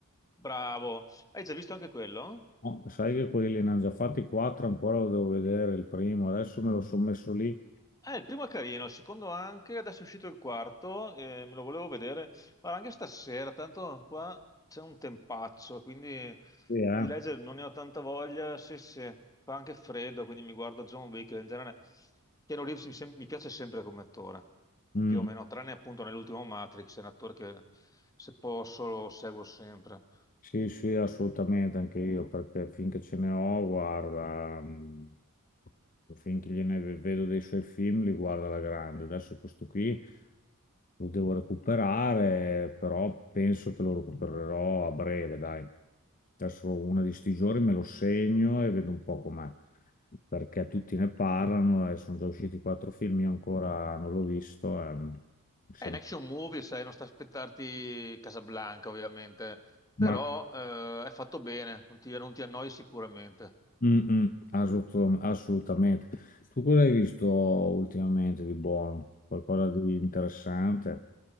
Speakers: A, on the left; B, on the left.
A: Bravo, hai già visto anche quello?
B: No, sai che quelli li hanno già fatti quattro, ancora lo devo vedere il primo. Adesso me lo sono messo lì.
A: Eh, il primo è carino, il secondo anche, adesso è uscito il quarto, eh, me lo volevo vedere, guarda anche stasera, tanto qua c'è un tempaccio, quindi
B: Sì, eh.
A: di leggere non ne ho tanta voglia, sì sì, fa anche freddo, quindi mi guardo John Wick, in genere Keanu Reeves mi, sem- mi piace sempre come attore,
B: Mm.
A: più o meno, tranne appunto nell'ultimo Matrix, è un attore che se posso lo seguo sempre.
B: Sì, sì, assolutamente, anche io, perché finché ce ne ho, guarda, mh, finché gliene ve- vedo dei suoi film, li guarda alla grande. Adesso questo qui lo devo recuperare, però penso che lo recupererò a breve, dai. Adesso una di sti giorni me lo segno e vedo un po' com'è, perché tutti ne parlano e sono già usciti quattro film, io ancora non l'ho visto. e, mh, mi sembra-
A: È un action movie, sai, non sta a aspettarti Casablanca, ovviamente, però
B: Ma...
A: eh, è fatto bene, non ti, non ti annoi sicuramente.
B: Mm, mm, assolut- assolutamente. Tu cosa hai visto ultimamente di buono? Qualcosa di interessante?